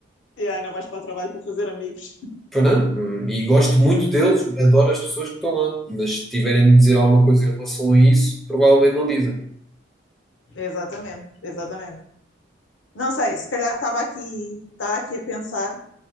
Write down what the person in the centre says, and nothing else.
Foi não? Hum, E gosto muito deles, adoro as pessoas que estão lá. Mas se tiverem de me dizer alguma coisa em relação a isso, provavelmente não dizem.